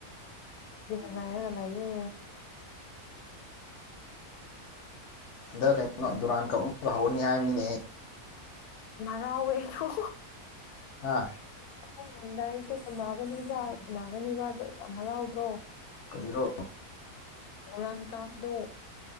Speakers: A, on the left; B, on the left.
A: ꯏ ꯉꯒ ꯂꯌꯦ
B: ꯗ ꯀꯩꯅꯣ ꯗꯔꯥꯟ ꯀ ꯎꯃ ꯍ ꯍꯥꯏꯝꯅꯦ
A: ꯍ ꯑꯣꯏꯋꯦꯣ
B: ꯑꯥ
A: ꯑꯩꯈꯣꯏ ꯅꯪꯗ ꯑꯩꯁꯨ ꯁꯅꯥꯒꯅꯤꯕ ꯁꯅꯥꯒꯅꯤꯕ ꯑꯗꯨꯣ ꯌꯥꯝ ꯍꯔꯥꯎꯗ꯭ꯔꯣ
B: ꯀꯔꯤꯔꯣ
A: ꯃꯔꯥꯟ ꯀꯥꯞꯗ